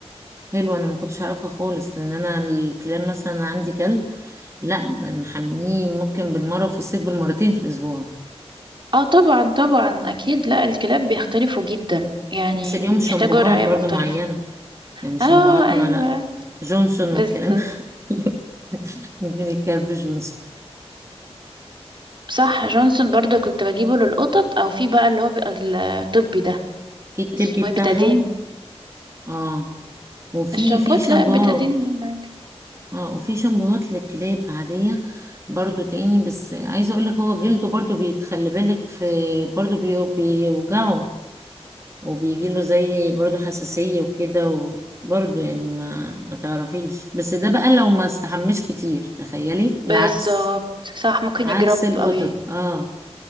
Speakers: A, on the right; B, on the right.
A: حلوة أنا ما كنتش أعرفها خالص لأن أنا الكلاب مثلا عندي كلب لا بنحميه ممكن بالمرة في الصيف بالمرتين في الأسبوع
B: اه طبعا طبعا اكيد لا الكلاب بيختلفوا جدا يعني
A: بس اليوم شامبوهات
B: بيحتاجوا رعاية
A: برضو
B: مختلفة
A: معينة يعني شامبوهاتنا
B: اه ايوه
A: لا جونسون
B: بالظبط
A: والكلام ده. <laughs> نجيب الكلب جونسون
B: صح جونسون برضو كنت بجيبه للقطط او في بقى اللي هو بيبقى الطبي ده
A: في التبي
B: اسمه
A: بتاعهم
B: ايه بيتادين
A: اه وفي
B: الشامبوت
A: في شامبوهات
B: لا بيتادين عادي
A: اه وفي شامبوهات للكلاب عادية برضو تاني بس عايزة اقولك هو جلده برضو بيتخلي بالك في برضو بي- بيوجعه وبيجيله زي برضو حساسية وكده وبرضو يعني ما ما تعرفيش بس ده بقى لو ما استحمش كتير تخيلي
B: بالظبط
A: العكس
B: صح ممكن
A: عكس
B: يجرب
A: القطط
B: او ي...
A: اه